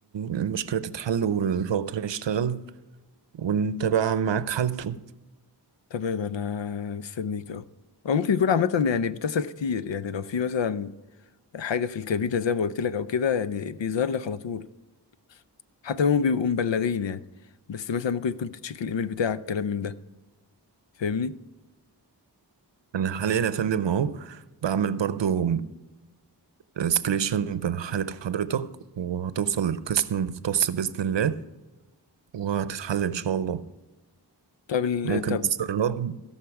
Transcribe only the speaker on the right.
المشكلة تتحل والراوتر يشتغل وأنت بقى معاك حالته
أنا حاليا يا فندم أهو بعمل برضو اسكليشن بحالة حضرتك وهتوصل للقسم المختص بإذن الله وهتتحل إن شاء الله
ممكن
بس الرد